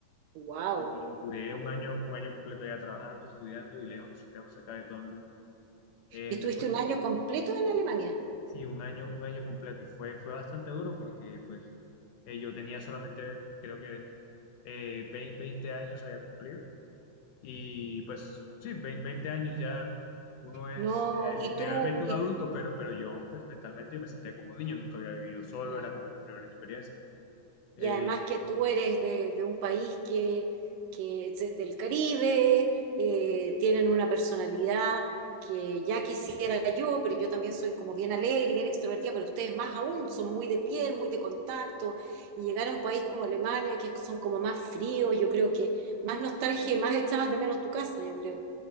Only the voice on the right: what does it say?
Wow.
¿Y estuviste
un año completo en Alemania?
No,
y
tú,
y
claro.
Y además que tú eres de, de un país que, que es del Caribe, eh, tienen una personalidad que ya quisiera yo, pero yo también soy como bien alegre, y bien extrovertida, pero ustedes más aún, son muy de piel, muy de contacto, y llegar a un país como Alemania, que son como más fríos, yo creo que más nostalgia y más echabas de menos tu casa, yo creo.